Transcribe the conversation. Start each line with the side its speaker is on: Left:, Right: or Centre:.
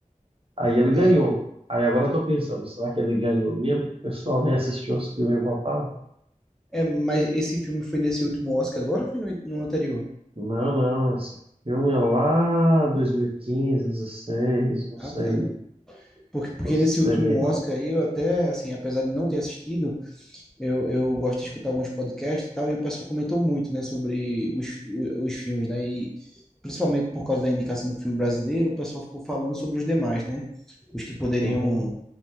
Right: Aí ele ganhou.
Centre: aí
Right: Aí agora eu tô pensando, será que ele ganhou mesmo? O pessoal nem assistiu os filmes e votava?
Centre: é mas esse filme foi nesse último Oscar agora ou foi no, no anterior
Right: Não, não, esse filme é lá 2015, 16, não
Centre: ah
Right: sei,
Centre: tá porque porque
Right: não sei
Centre: nesse último
Right: bem não.
Centre: Oscar aí eu até assim apesar de não ter assistido eu, eu gosto de escutar alguns podcasts e tal e o pessoal comentou muito né sobre os, os filmes né e principalmente por causa da indicação do filme brasileiro, o pessoal ficou falando sobre os demais, né? Os que poderiam
Right: Uhum,